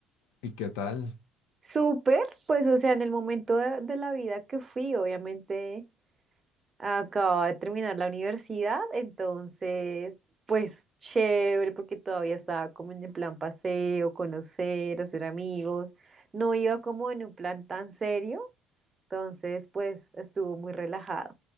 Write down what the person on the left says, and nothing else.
¿Y qué tal?